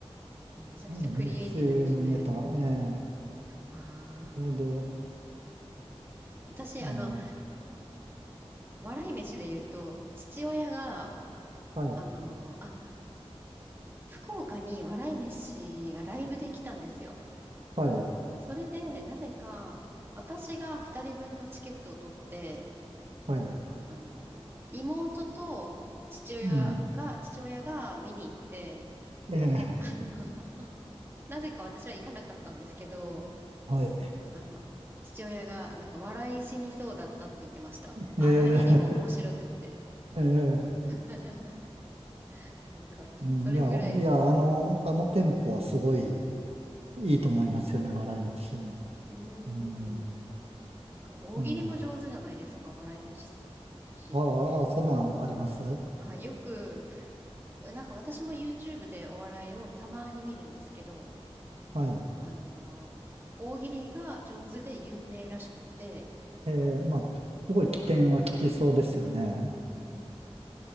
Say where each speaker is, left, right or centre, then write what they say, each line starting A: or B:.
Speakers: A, on the right; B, on the right.
A: あ、めちゃくちゃクリエイティブですね。
B: そういうネタ、ええ
A: あ
B: それで、
A: あ。私、
B: あの、
A: あの、笑い飯で言うと、父親が、
B: はい、
A: あの、あ、福岡に笑い飯がライブで来たんですよ。
B: はい、
A: それで、なぜか、私が2人分のチケットを取って、
B: はい、
A: あの、妹と父親が、
B: うん、
A: 父親が見に行って、
B: ええ
A: あの、<laughs> なぜか私は行かなかったんですけど、
B: はい、
A: あの、父親が、なんか、笑い死にそうだったって言ってました。あまりにも面白くって。
B: ええええ
A: <laughs> なんか、
B: うんいや、
A: それぐらい。
B: いや、あの、あのテンポはすごいいいと思いますよね、笑い飯の。
A: うーん。
B: うん、
A: なんか、大喜利も上手じゃないですか、
B: あの、
A: 笑い飯
B: ああ、
A: って。
B: そんなんあります
A: はい、よく、なんか私も YouTube でお笑いをたまに見るんですけど、
B: はい。
A: あの、大喜利が上手で有名らしくって、
B: えー、まあ、すごい危険は効きそうですよね。
A: <laughs>